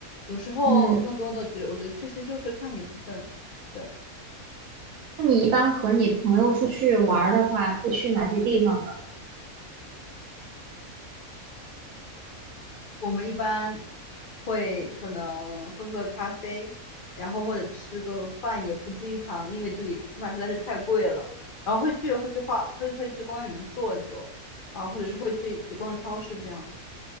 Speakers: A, on the left; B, on the right.
A: 有时候更多的只，
B: 嗯，
A: 我觉得确实就是看缘分。对，
B: 那你一般和你朋友出去玩儿的话，会去哪些地方呢？
A: 我们一般会可能喝喝咖啡，然后或者吃个饭，也不经常，因为这里吃饭实在是太贵了。然后会去会去花会会去公园里面坐一坐，啊，或者是会去一起逛超市这样子。